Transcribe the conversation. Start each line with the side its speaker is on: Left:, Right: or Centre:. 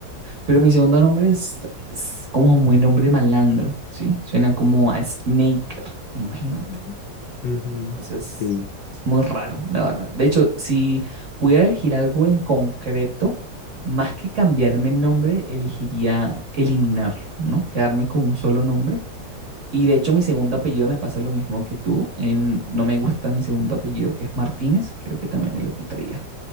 Right: Pero mi segundo nombre es, es como muy nombre malandro, ¿sí? Suena como a Snaker, imagínate.
Left: Ujú. Ujú,
Right: Entonces,
Left: Sí,
Right: es muy raro, la verdad. De hecho, si pudiera elegir algo en concreto, más que cambiarme el nombre, elegiría eliminarlo, ¿no? Quedarme con un solo nombre y de hecho mi segundo apellido me pasa lo mismo que tú. En, no me gusta mi segundo apellido, que es Martínez. Creo que también me lo quitaría.